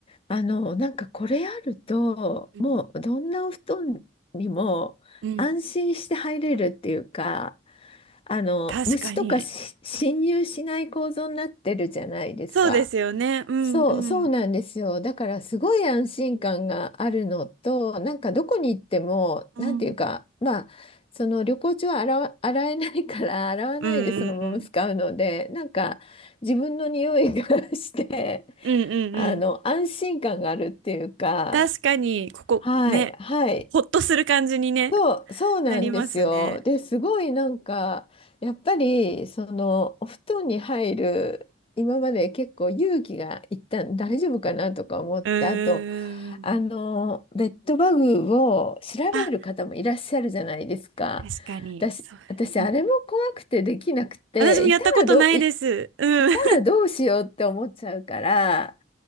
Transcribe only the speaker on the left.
あの、なんかこれあると、
もうどんなお布団にも安心して入れるっていうか、
あの、
虫とかし侵入しない構造になってるじゃないですか。
そう、そうなんですよ。だからすごい安心感があるのと、なんかどこに行っても、
なんていうか、まあ、その旅行中は洗わ、<laughs> 洗えないから洗わないでそのまま使うので、
なんか自分の匂いが <laughs> して、
あの、安心感があるっていうか、
はい、はい。
そう、そうなんですよ。
で、すごいなんか、やっぱり、その、お布団に入る、今まで結構勇気がいったん大丈夫かなとか思って、
あと、あの、ベッドバグを調べる方もいらっしゃるじゃないですか。
私、
私、
あれも怖くてできなくて、
いたらどう、いいたらどうしようって思っちゃうから、